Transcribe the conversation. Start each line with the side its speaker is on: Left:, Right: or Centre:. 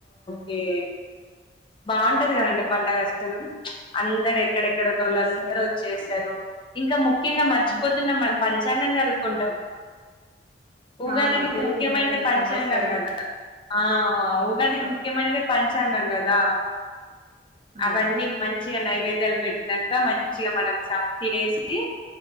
Left: ఏ బాగుంటది కదండి పండగస్సలు అందరెట్ క్కడెక్కడటోల్లో
Right: అసలు
Left: వాళ్ళు అందరు వచ్చేస్తరు. ఇంకా ముక్ ఖ్యంగా మర్చిపోతున్నం,
Right: ఆ
Left: మన పర్ జంగ చదువుకుంటాం ఉగాదికి
Right: ఆ తెలుగు
Left: ముఖ్యమైనది
Right: నూతన
Left: పంచాంగం
Right: సంవత్సరం
Left: కదా ఆ ఆ ఉగాదికి
Right: అవు
Left: ముఖ్యమైనదే పంచా చ్చాంగం కదా
Right: అవును
Left: అవన్నీ మంచిగా నైవే పిల్లలు పెట్టినంక, మంచిగా మనం సం తినేసి